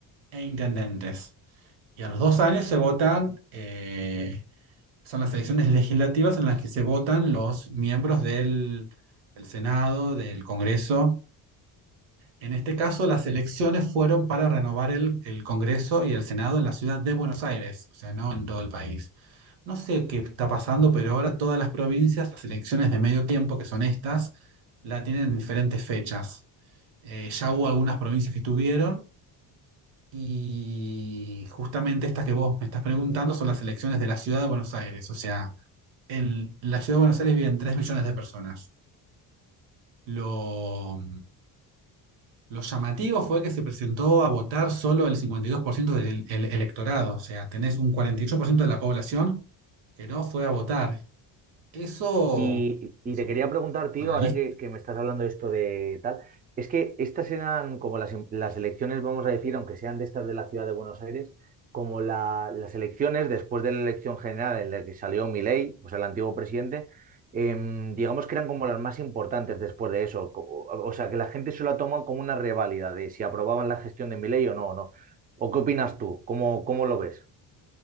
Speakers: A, on the right; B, on the right.
A: e intendentes. Y a los dos años se votan, eh, son las elecciones legislativas en las que se votan los miembros del del Senado, del Congreso en este caso, las elecciones fueron para renovar el, el Congreso y el Senado en la ciudad de Buenos Aires, o sea, no en todo el país. No sé qué está pasando, pero ahora todas las provincias, las elecciones de medio tiempo, que son estas, la tienen en diferentes fechas. Eh, ya hubo algunas provincias que estuvieron y justamente estas que vos me estás preguntando son las elecciones de la ciudad de Buenos Aires. O sea, en la ciudad de Buenos Aires viven tres millones de personas. Lo, Lo llamativo fue que se presentó a votar solo el 52% del el- electorado, o sea, tenés un 48% de la población que no fue a votar. Eso,
B: Y, y
A: según
B: te quería preguntar,
A: los
B: tío,
A: analistas,
B: ahora que, que me estás hablando de esto de tal, es que estas eran como las, las elecciones, vamos a decir, aunque sean de estas de la ciudad de Buenos Aires, como la- las elecciones después de la elección general en la que salió Milei, o sea, el antiguo presidente, em, digamos que eran como las más importantes después de eso. co- O, o sea, que la gente se lo ha tomado como una reválida de si aprobaban la gestión de Milei o no, o no. ¿O qué opinas tú? ¿Cómo, cómo lo ves?